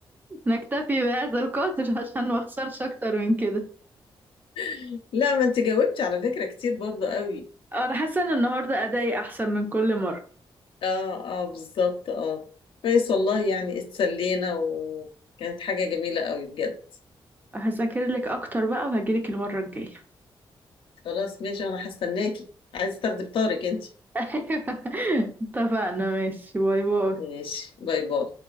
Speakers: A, on the right (about 20°); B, on the left (about 75°).
A: نكتفي بهذا القدر <laughs> عشان ما اخسرش اكتر من كده
B: <laughs> لا ما أنت جاوبتي على فكرة كتير برضو قوي
A: انا حاسه ان النهارده ادائي احسن من كل مره
B: آه آه بالظبط آه كويس والله يعني اتسلينا وكانت حاجة جميلة قوي بجد
A: هذاكر لك اكتر بقى وهجيلك المره الجايه <laughs>
B: خلاص ماشي انا هستناكي عايز تاخدي بطارق انت
A: ايوه اتفقنا ماشي باي باي
B: ماشي باي باي